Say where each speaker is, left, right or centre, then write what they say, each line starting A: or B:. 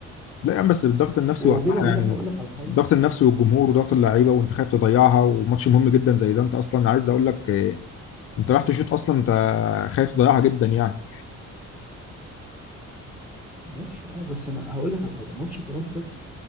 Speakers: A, on the left (about 50°); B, in the centre.
A: لا يا عم بس الضغط النفسي
B: وبيني
A: وقتها
B: وبينك
A: يعني
B: هقول لك على حاجه
A: الضغط النفسي والجمهور وضغط اللعيبه وانت خايف تضيعها وماتش مهم جدا زي ده انت اصلا عايز اقول لك إيه، انت رايح تشوط اصلا انت خايف تضيعها جدا يعني
B: ماشي معاك بس انا هقول لك على حاجه ماتش فرنسا